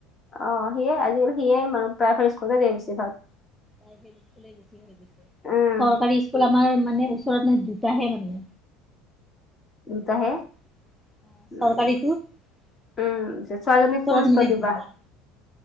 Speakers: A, on the left; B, in the centre.
A: অ', সিয়ে আজিকালি সিয়ে মানে প্ৰাইভেট স্কুলে দিয়ে বেছি ভাগ।
B: প্ৰাইভেট ইস্কুল বেছি হৈ গৈছে,
A: উম
B: চৰকাৰী স্কুল আমাৰ মানে ওচৰত মান দুটাহে মানে।
A: দুটাহে
B: প্ৰাইভেট
A: উম
B: অ' চৰকাৰীটো আমাৰ
A: উম ছোৱালীজনীক
B: ওচৰত
A: কোন স্কুলত
B: মানে
A: দিবা
B: দুটা।